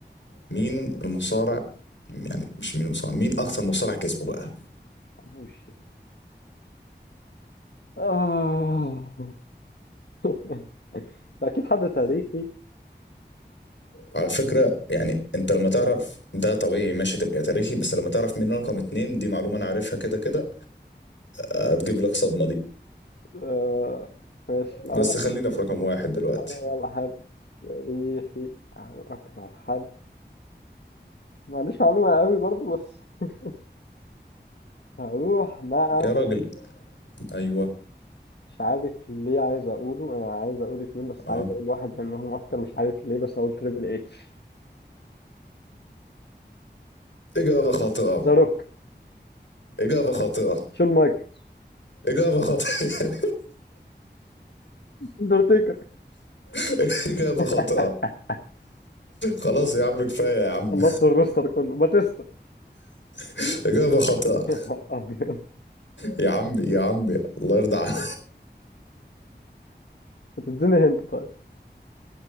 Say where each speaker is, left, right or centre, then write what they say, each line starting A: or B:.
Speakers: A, on the left (about 85°); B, on the left (about 65°).
A: مين المصارع يعني مش مين المصارع مين اكتر مصارع كسبه بقى
B: مش آه. <laughs> أكيد حد تاريخي
A: على فكرة يعني انت لما تعرف ده طبيعي ماشي تبقى تاريخي بس لما تعرف مين رقم اتنين دي معلومة انا عارفها كده كده هتجيب لك صدمة دي
B: آه. ماشي الأول
A: بس خلينا في رقم واحد دلوقتي
B: أول حد تاريخي أو أكثر حد ما عنديش معلومة قوي برضو بس <laughs> هروح مع
A: يا راجل ايوه
B: مش عارف ليه عايز أقوله أنا عايز أقول اتنين بس
A: اه
B: عايز أقول واحد منهم أكتر مش عارف ليه بس أقول تريبل اتش
A: اجابة خاطئة
B: ذا روك
A: اجابة خاطئة
B: شون مايك
A: إجابة خاطئة
B: اندرتيكر
A: <laughs> إجابة
B: <laughs>
A: خاطئة خلاص يا عم كفاية يا عم
B: خلصت الروستر كله باتيستا <laughs>
A: <laughs> إجابة خاطئة
B: يا نهار أبيض
A: يا عمي يا عمي الله يرضى عليك
B: هتديني هنت طيب